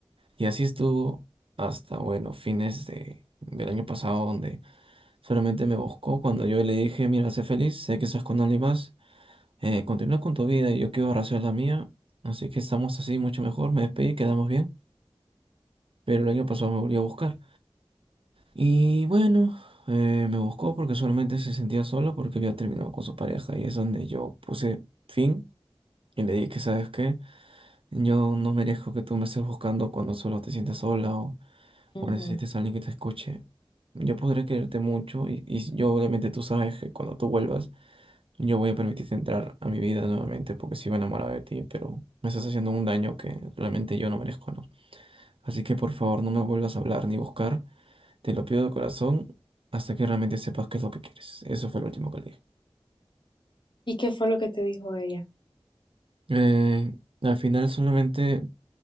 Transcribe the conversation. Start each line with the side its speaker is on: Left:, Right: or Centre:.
Right: Y así estuvo hasta, bueno, fines de, del año pasado, donde solamente me buscó cuando yo le dije, mira, sé feliz, sé que estás con alguien más, eh, continúa con tu vida y yo quiero hacer la mía. Así que estamos así mucho mejor, me despedí, quedamos bien. Pero el año pasado me volvió a buscar. Y bueno, eh, me buscó porque solamente se sentía solo porque había terminado con su pareja y es donde yo puse fin y le dije, ¿sabes qué? Yo no merezco que tú me estés buscando cuando solo te sientes sola o,
Left: Ujú,
Right: o necesites
Left: ujú.
Right: a alguien que te escuche. Yo podré quererte mucho y, y yo obviamente tú sabes que cuando tú vuelvas yo voy a permitirte entrar a mi vida nuevamente porque sigo enamorado de ti, pero me estás haciendo un daño que realmente yo no merezco, ¿no? Así que por favor no me vuelvas a hablar ni buscar, te lo pido de corazón hasta que realmente sepas qué es lo que quieres. Eso fue lo último que le dije.
Left: ¿Y qué fue lo que te dijo ella?
Right: Eh, al final solamente...